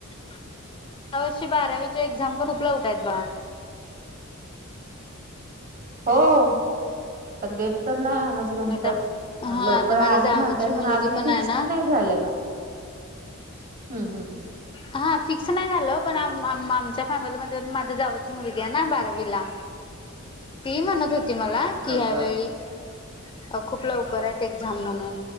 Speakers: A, on the left; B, on the right.
A: यावर्षी बारावीच्या एक्झाम्पल पण उपलब्ध आहेत का बाळा
B: हो तर डेट तर नाही आ-माझ ते म्हणतात
A: आता हा
B: लवकर
A: आता माझ्या
B: आहे
A: जावाची
B: म्हणतात
A: मुलगी
B: पण अजून फिक्स
A: आहे ना
B: नाही झालेला. हम्म हम् हम्.
A: हा फिक्स नाही झालं पण आम आमच्या फॅमिलीमध्ये माझ्या जावची मुलगी आहे ना बारावीला
B: नाही
A: ती म्हणत होती मला की ह्यावेेळी
B: बर.
A: अ खूप लवकर आहेत एक्झाम म्हणून.